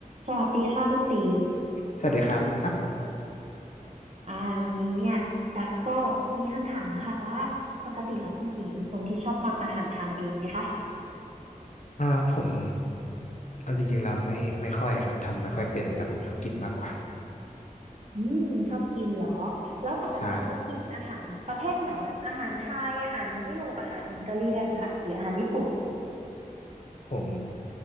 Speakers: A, on the right (about 50°); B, on the left (about 60°).
A: สวัสดีค่ะคุณตี
B: สวัสดีครับคุณตั๊ก
A: อ่าวันนี้เนี่ยตักก็มีคำถามค่ะว่าปกติแล้วคุณตีเป็นคนที่ชอบทำอาหารทานเองไหมคะ
B: อ่าผมเอาจริงๆเราไม่ไม่ค่อยครับทำไม่ค่อยเป็นแต่ผมชอบกินมากกว่า
A: อืมชอบกินเหรอแล้วปกติชอบกินอาหารประเภทไหนแบบอาหารไทยอาหารยุโรปอาหารอิตาเลียนค่ะหรืออาหารญี่ปุ่น
B: ใช่ผม